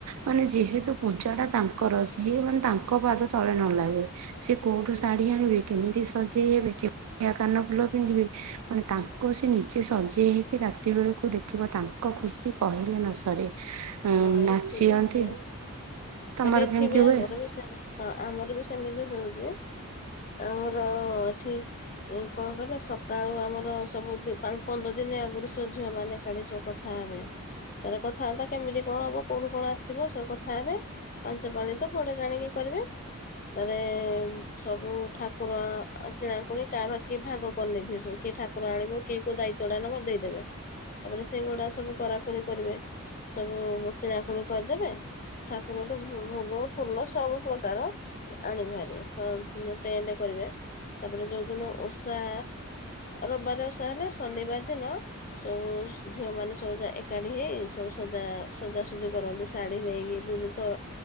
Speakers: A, on the right; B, on the left.
A: ମାନେ ଯେହେତୁ ପୂଜା ଟା ତାଙ୍କର ସିଏ ମାନେ ତାଙ୍କ ପାଦ ତଳେ ନ ଲାଗେ। ସେ କୋଉଠୁ ଶାଢୀ ଆଣିବେ କେମିତି ସଜେଇ ହେବେ କେମିତିଆ କାନ ଫୁଲ ପିନ୍ଧିବେ ମାନେ ତାଙ୍କୁ ସେ ନିଜେ ସଜେଇ ହେଇକି ରାତି ବେଳୁକୁ ଦେଖିବ ତାଙ୍କ ଖୁସି କହିଲେ ନ ସରେ।
B: ହଁ ଏଠି
A: ନାଚିଅନ୍ତି
B: ବି ସେଆ,
A: ତମର
B: ପଲେ ଏଠି
A: କେମିତି
B: ବି
A: ହୁଏ?
B: ଆମର ବି ସେମେ। ହଁ ଆମର ବି ସେମିତି ହୋଉଚି ଆମର ଏଠି ଏଁ କଁ କଇଲେ ସକାଳୁ ଆମର ସବୁ ଦି ପାଁ ପନ୍ଦର ଦିନି ଆଗୁରୁ ସ ଝିଅ ମାନେ କାଢି ସବ କର ଥାନ୍ତି। ତାରେ କଥାବାର୍ତ୍ତା କେମିତି କଣ ହବ କୋଉଠୁ କଣ ଆସିବ ସବୁ କଥା ହେବେ, ପାଞ୍ଚ ପାଳି ତ ପଡେ ଜାଣିକି କରିବେ। ତାରେ ସବୁ ଠାକୁର ଅ କିଣାକୁଣି କାହା ପାଖି ଭାଗ କରିନେଇଥିବେ ସବୁ କିଏ ଠା କୁର ଆଣିବ କିଏ କୋଉ ଦାୟିତ୍ଵ ଟା ନବ ଦେଇଦେବେ। ତାପରେ ସେଇଗୁଡା ସବୁ କରାକରି କରିବେ। ସବୁ କିଣାକୁଣି କରିଦେବେ। ଠାକୁରଠୁ ଭୋଗ, ଫୁଲ ସବୁ ପ୍ରକାର ଆଣିବେ ଭାରି ତ ଉଁ ଟେଣ୍ଡ କରିବେ। ତାପେରେ ଯୋଉଦିନ ଓଷା ରବବାରେ ଓଷା ହେଲେ ଶନିବାର ଦିନ ସୋ ଓସ୍ ଝିଅ ମାନେ ସବୁ ଯା ଏକାଠି ହେଇ ସଜା ସଜାସୁଜି କରନ୍ତି। ଶାଢ଼ୀ ନେଇକିଭି ଭିତ